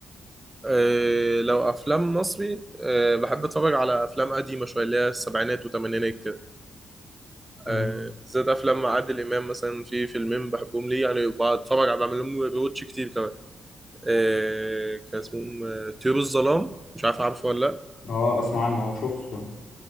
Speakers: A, on the right; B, on the left.
A: أه لو افلام مصري أه بحب اتفرج على افلام قديمه شويه اللي هي السبعينات والثمانينات كده
B: مم.
A: أه بالذات افلام عادل امام مثلا في فيلمين بحبهم ليه يعني بتفرج على بعمل لهم ريواتش كتير كمان أه كان اسمهم آه، طيور الظلام مش عارف عارفه ولا لا
B: اه اسمع عنه اه شفته طبعا.